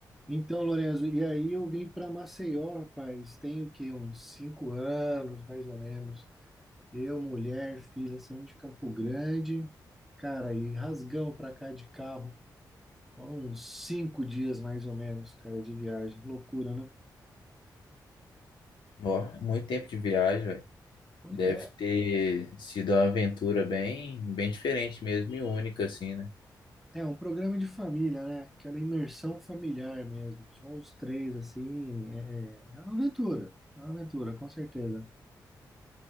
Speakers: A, in the centre; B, on the left (about 80°).
A: Então, Lorenzo, e aí eu vim para Maceió, rapaz, tem o quê? Uns cinco anos, mais ou menos. Eu, mulher, filha, saímos de Campo Grande, cara, e rasgamos para cá de carro. Foram uns cinco dias, mais ou menos, cara, de viagem. Loucura, né?
B: Ó, muito tempo de viagem, velho.
A: Pois
B: Deve
A: É,
B: ter sido uma aventura bem, bem diferente mesmo e única, assim, né?
A: é um programa de família, né? Aquela imersão familiar mesmo. Só os três, assim, é, é é uma aventura, é uma aventura, com certeza.